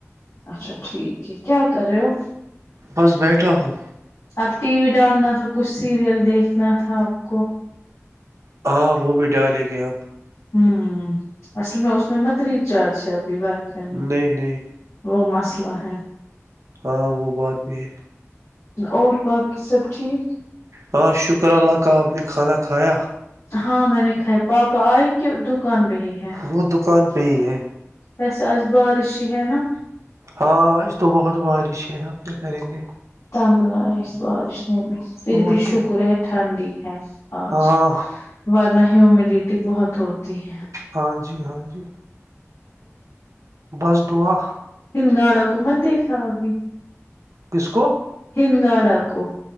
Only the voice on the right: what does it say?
بس بیٹھا ہوں
ہاں وہ بھی ڈالیں گے ہم
نہیں نہیں
ہاں وہ بات بھی ہے
ہاں شکر اللہ کا آپ نے کھانا کھایا
وہ دکان پہ ہی ہے
ہاں آج تو بہت بارش ہے آپ کیا کریں گے
اور
کیا
ہاں
ہاں جی ہاں جی بس دعا
کس کو